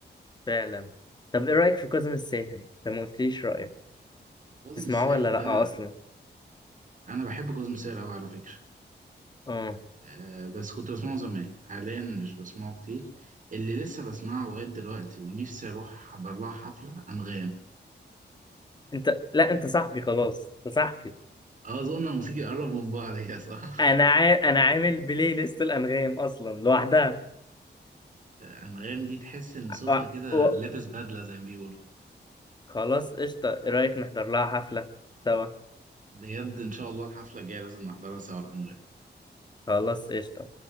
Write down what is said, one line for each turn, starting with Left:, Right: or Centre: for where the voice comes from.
Left: فعلا طب ايه رأيك في كاظم الساهر انت ما قلتليش رأيك
Right: كاظم
Left: تسمعوه
Right: الساهر
Left: ولا
Right: ده
Left: لأ أصلا
Right: انا بحب كاظم الساهر قوي على فكره
Left: اه
Right: أه بس كنت بسمعه زمان حاليا مش بسمعه كتير اللي لسه بسمعها لغايه دلوقتي ونفسي اروح احضر لها حفله انغام
Left: انت لا انت صاحبي خلاص انت صاحبي
Right: اه ذوقنا الموسيقي قرب من بعض كده صح
Left: انا عا... انا عامل بلاي ليست الانغام اصلا لوحدها
Right: أنغام دي تحس إن صوتها
Left: و...
Right: كده
Left: و...
Right: لابس بدلة زي ما بيقولوا
Left: خلاص قشطه ايه رايك نحضر لها حفله سوا
Right: بجد إن شاء الله الحفلة الجاية لازم نحضرها سوا الأنغام
Left: خلاص قشطه